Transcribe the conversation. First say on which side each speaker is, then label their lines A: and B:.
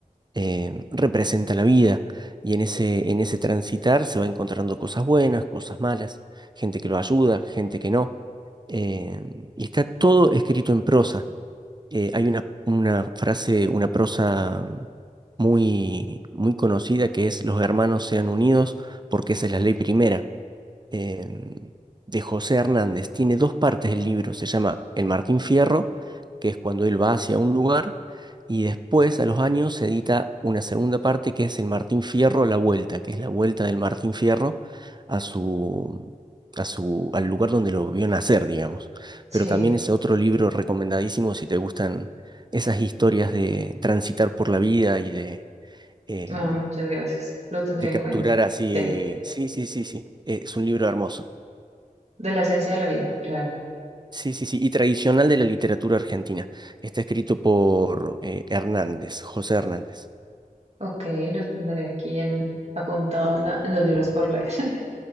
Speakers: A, on the right; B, on the right.
A: eh, representa la vida. Y en ese, en ese transitar se va encontrando cosas buenas, cosas malas, gente que lo ayuda, gente que no. Eh, y está todo escrito en prosa eh, hay una, una frase, una prosa muy, muy conocida que es los hermanos sean unidos porque esa es la ley primera em, de José Hernández. Tiene dos partes el libro. Se llama El Martín Fierro, que es cuando él va hacia un lugar, y después, a los años, se edita una segunda parte que es El Martín Fierro, la vuelta, que es la vuelta del Martín Fierro a su, a su, al lugar donde lo vio nacer, digamos.
B: sí.
A: Pero también es otro libro recomendadísimo si te gustan esas historias de transitar por la vida y de... em,
B: Ah, muchas gracias. Lo tendré
A: de
B: en
A: capturar
B: cuenta.
A: así,
B: Sí.
A: sí, sí, sí, sí, es un libro hermoso.
B: De la esencia de la vida, claro.
A: Sí, sí, sí, y tradicional de la literatura argentina. Está escrito por eh, Hernández, José Hernández.
B: Ok, lo tendré aquí en, apuntado en, la- en los libros por leer. <laughs>